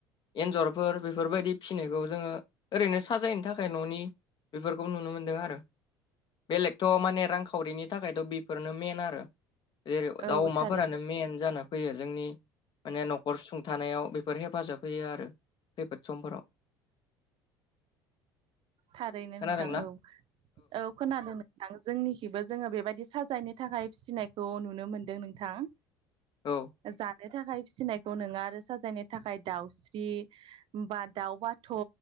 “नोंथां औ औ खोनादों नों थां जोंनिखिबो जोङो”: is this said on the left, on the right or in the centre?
Right